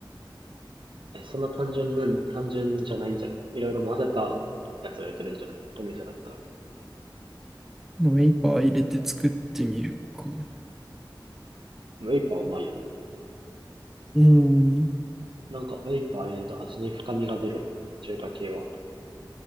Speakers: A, on the right; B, in the centre.
A: え、そんな単純なん、単純じゃないんじゃないいろいろ混ぜたやつを入れてるんじゃないお店だったら。
B: のウェイパー入れて作ってみるか。
A: ウェイパーうまいよね。
B: うーん。
A: なんか、ウェイパー入れると味に深みが出るわ。中華系は。